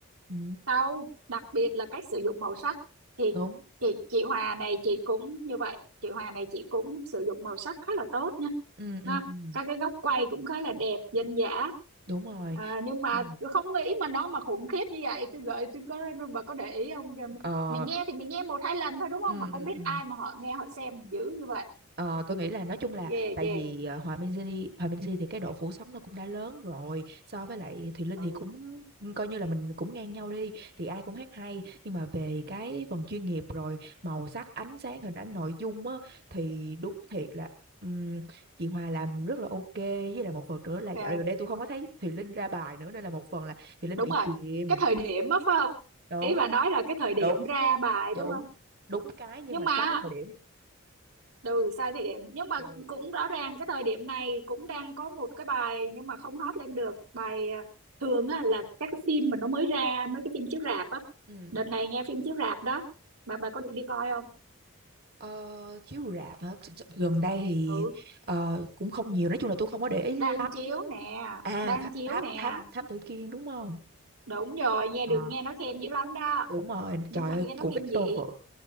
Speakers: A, on the right; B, on the right.
A: ừ
B: sau đặc biệt là cách sử dụng màu sắc thì
A: đúng
B: thì chị Hòa này chị cũng như vậy chị Hòa này chị cũng sử dụng màu sắc khá là tốt nha
A: ừ ừ
B: ha
A: ừ
B: các cái góc quay cũng khá là đẹp dân dã
A: đúng rồi
B: à, nhưng mà
A: ừ.
B: tôi không nghĩ mà nó mà khủng khiếp như vậy tôi gợi tôi có bà có để ý không Giờ mình,
A: ờ
B: mình nghe thì mình nghe một hai lần thôi đúng không
A: ừ,
B: mà không
A: ừ,
B: biết
A: ừ.
B: ai mà họ nghe họ xem dữ như vậy
A: Ờ, tôi nghĩ là nói chung là
B: ghê
A: tại
B: ghê
A: vì ờ, Hòa minzy Di Hòa minzy thì cái độ phủ sóng nó cũng đã lớn rồi so với lại Thùy Linh thì
B: ừ
A: cũng coi như là mình cũng ngang nhau đi thì ai cũng hát hay nhưng mà về cái phần chuyên nghiệp rồi màu sắc ánh sáng hình ảnh nội dung á thì đúng thiệt là ừm, chị Hòa làm rất là ok với lại một phần nữa là
B: ok
A: dạo gần đây tôi không có thấy Thùy Linh ra bài nữa nên là một phần là Thùy Linh
B: đúng
A: bị
B: rồi
A: chìm
B: cái thời điểm á phải không
A: đúng
B: ý bà nói là cái thời điểm
A: đúng
B: ra bài đúng
A: đúng
B: không
A: đúng cái nhưng
B: nhưng
A: mà
B: mà
A: sai thời điểm
B: Ừ, sai thời điểm nhưng mà
A: ừ.
B: cũng rõ ràng cái thời điểm này cũng đang có một cái bài nhưng mà không hot lên được bài à, thường á, là các cái phim mà nó mới ra mấy cái phim chiếu rạp á
A: Ừ.
B: đợt này nghe phim chiếu rạp đó bà bà có định đi coi không
A: Ờ, chiếu rạp hả? Ch- ch- Gần đây thì
B: ừ
A: ờ, cũng không nhiều. Nói chung là tôi không có để ý
B: đang
A: lắm.
B: chiếu nè
A: À,
B: đang
A: Tha-
B: chiếu
A: thám
B: nè
A: thám thám tử Kiên đúng không?
B: đúng rồi nghe
A: Ờ,
B: được nghe nó khen dữ lắm đó
A: Đúng rồi.
B: nhưng
A: Trời
B: mà
A: ơi,
B: nghe nó
A: của
B: kinh
A: Victor
B: dị
A: Vũ.